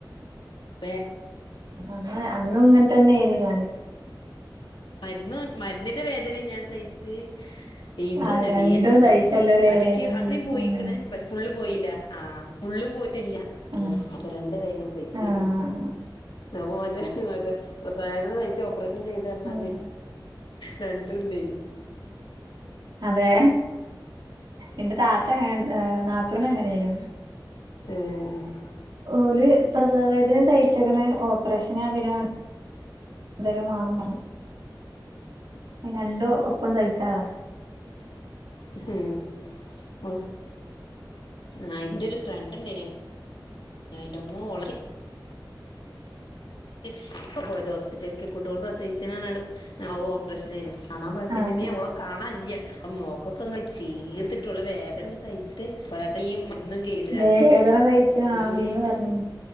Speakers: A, on the left (about 80°); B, on the right (about 85°).
A: വേ
B: അന്ന് അന്നും ഇങ്ങനെ തന്നെന്നു ഞാൻ
A: മരുന്നും മരുന്നിന്റെ വേദനിം ഞാൻ സയ്‌ ച്ച് ഇത്
B: ആഹ് രണ്ടും
A: ഡി എൻ സി <unintelligible>
B: സഹിച്ചല്ലോല്ലേ
A: കാരണം ഇൻ ക്ക് അങ്ങനീം പോയിക്ക്ണ്
B: ഉം
A: പക്ഷെ ഫുള്ള് പോയില്ല ആ ഫുള്ളും പോയിട്ടില്ല
B: ആഹ്
A: അപ്പൊ രണ്ട് വേനീം സയിച്ച്
B: ആഹ്
A: അപ്പ മറ്റേ മ റ്റേ പ്രസവവേ ദ ന സയ്ച്ച് ഓപ്പറേഷൻ ചെയ്ത് പർ ഞ്ഞ
B: ആഹ്
A: രണ്ടും ഉണ്ടേയ്നു
B: അതെ ഇന്റെ താത്തങ്ങ നെ ഏ നാത്തൂനങ്ങനേനു
A: <inaudible>
B: ഓല് പ്രസവവേദനീം സയ്ച്ച് ക്ക് ണ് ഓപ്പറേഷന പിന്നാ ന്തേലും വാണം ത് രണ്ടും ഒപ്പം സയ് ച്ചാളാ
A: <unintelligible> ആ ഇൻ്റെരു ഫ്രണ്ട് ഇണ്ടായിന് ആ ഇന്റെമ്മോ ഓൾ ക് ഇപ്പ പോയത് ഹോസ്പിറ്റല്ക്ക് കുടൂള് പ്രസിവിചാ നാനാട് ആ ഹ് ഓപ്പറേഷൻ ആയിനു കാണാൻ പോയപ്പോ
B: ആഹ്
A: ന്റമ്മേ ഓളെ കാണാല്യ ആ മൊ ഖ ക്കെ അങ്ങ് ചീർത്തിട്ട് ഓള് വേദനങ്ങ് സയിച്ചിട്ട് പോരാത്ത ഈ മരുന്നും കേറിട്ട്
B: വേദന
A: രണ്ടും
B: സയിച്ച ആ
A: കൂടി
B: ന്ന്
A: ആയിട്ട്
B: പറഞ്ഞിന്ന്